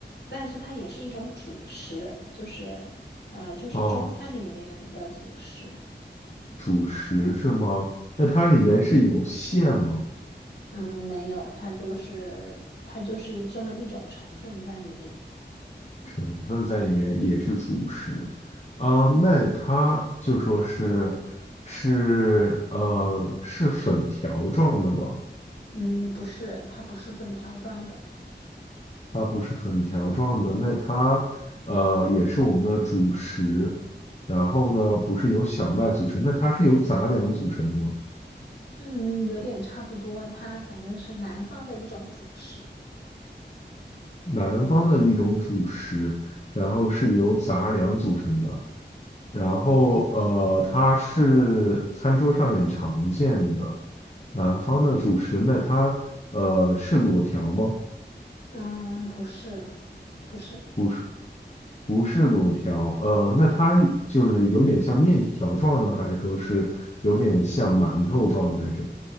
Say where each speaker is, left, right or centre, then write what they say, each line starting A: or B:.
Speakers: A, on the left; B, on the left.
A: 但是它也是一种主食，就是，呃，就是中餐里面的主食。
B: 哦，主食是吗？那它里面是有馅吗？
A: 嗯，没有，它就是它就是这么一种成分在里面。
B: 成分在里面，也是主食。啊，那它就说是是呃是粉条状的吗？
A: 嗯，不是，它不是粉条状的。
B: 它不是粉条状的，那它呃也是我们的主食。然后呢，不是由小麦组成，那它是由杂粮组成的吗？
A: 嗯，有点差不多，它反正是南方的一种主食。
B: 南方的一种主食，然后是由杂粮组成的，然后呃，它是餐桌上面常见的南方的主食。那它呃是裸条吗？
A: 嗯，不是，不是，
B: 不是，不是裸条。呃，那它就是有点像面条状的，还是说是有点像馒头状的那种？